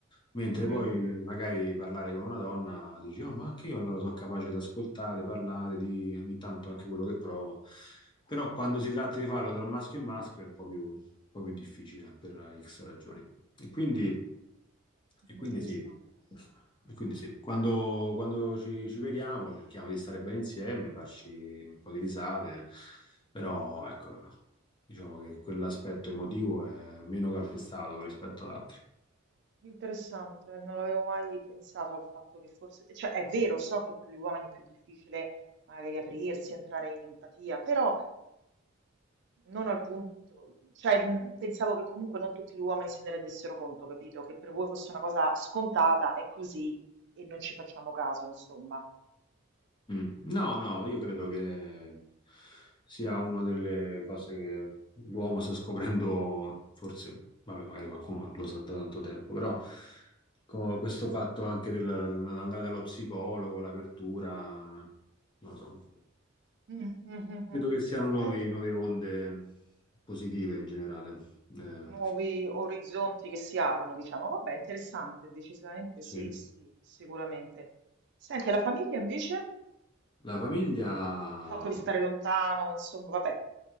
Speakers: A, on the left; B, on the right.
A: Mentre
B: Mhm.
A: poi magari parlare con una donna dici, oh, ma anche io allora sono capace di ascoltare, parlare, di ogni tanto anche quello che provo. Però quando si tratta di farlo tra maschio e maschio è un po' più un po' più difficile per X ragioni. E quindi, e quindi
B: Interessante.
A: sì, e quindi sì. Quando, quando ci, ci vediamo cerchiamo di stare bene insieme, farci un po' di risate, però ecco, diciamo che quell'aspetto emotivo è meno calpestato rispetto ad altri.
B: Interessante, non avevo mai pensato al fatto che forse, cioè è vero, so che per gli uomini è più difficile magari aprirsi, entrare in empatia, però Non al punto, cioè mh, pensavo che comunque non tutti gli uomini se ne rendessero conto, capito? Che per voi fosse una cosa scontata, è così e non ci facciamo caso, insomma.
A: Mm. No, no, io credo che sia una delle cose che l'uomo sta scoprendo, forse, vabbè, magari qualcuno lo sa da tanto tempo, però co- questo fatto anche dell'andare dallo psicologo, l'apertura, non lo so,
B: Mm, mm, mm,
A: credo
B: mm.
A: che siano
B: Ok,
A: nuovi- nuove onde positive in generale. Eh,
B: nuovi orizzonti che si aprono, diciamo. Vabbè, interessante, decisamente
A: sì.
B: sì, sì, sicuramente. Senti, la famiglia invece?
A: La famiglia.
B: Il fatto di stare lontano, insomma, vabbè,